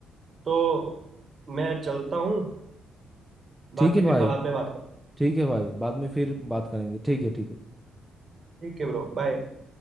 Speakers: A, on the right; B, in the centre.
A: तो मैं चलता हूँ बाकी
B: ठीक है
A: फिर
B: भाई
A: बाद में बात
B: ठीक है भाई बाद में फिर बात करेंगे ठीक है ठीक है
A: ठीक है ब्रो बाय